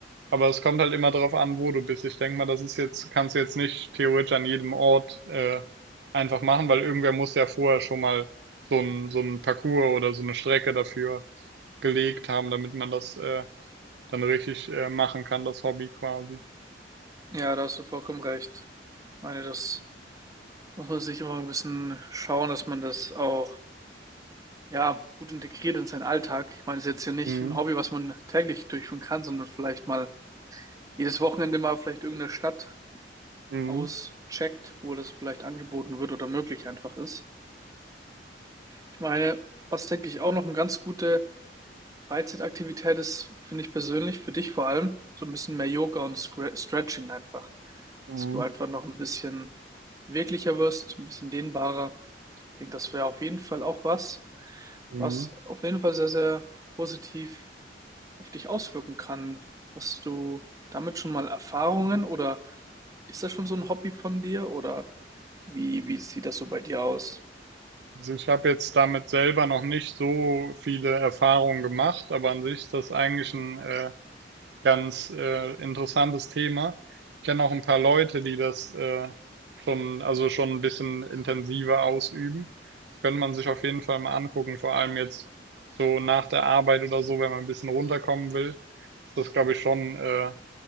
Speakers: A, on the right; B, on the right.
A: Aber es kommt halt immer darauf an, wo du bist. Ich denke mal, das ist jetzt, kannst du jetzt nicht theoretisch an jedem Ort äh, einfach machen, weil irgendwer muss ja vorher schon mal so ein, so ein Parcours oder so eine Strecke dafür gelegt haben, damit man das äh, dann richtig äh, machen kann, das Hobby quasi.
B: Ja, da hast du vollkommen recht. Ich meine, das muss man sich immer ein bisschen schauen, dass man das auch, ja, gut integriert in seinen Alltag. Ich meine, es ist jetzt ja nicht
A: Mhm.
B: ein Hobby, was man täglich durchführen kann, sondern vielleicht mal jedes Wochenende mal vielleicht irgendeine Stadt
A: Mhm.
B: auscheckt, wo das vielleicht angeboten wird oder möglich einfach ist. Ich meine, was denke ich auch noch eine ganz gute Freizeitaktivität ist, finde ich persönlich, für dich vor allem so ein bisschen mehr Yoga und Scra- Stretching einfach.
A: Mhm.
B: Dass du einfach noch ein bisschen beweglicher wirst, ein bisschen dehnbarer. Ich denke, das wäre auf jeden Fall auch was,
A: Mhm.
B: was auf jeden Fall sehr, sehr positiv auf dich auswirken kann. Hast du damit schon mal Erfahrungen oder ist das schon so ein Hobby von dir oder wie, wie sieht das so bei dir aus?
A: Also ich habe jetzt damit selber noch nicht so viele Erfahrungen gemacht, aber an sich ist das eigentlich ein äh, Ganz äh, interessantes Thema. Ich kenne auch ein paar Leute, die das äh, schon, also schon ein bisschen intensiver ausüben. Das könnte man sich auf jeden Fall mal angucken, vor allem jetzt so nach der Arbeit oder so, wenn man ein bisschen runterkommen will. Ist das, glaube ich, schon, äh,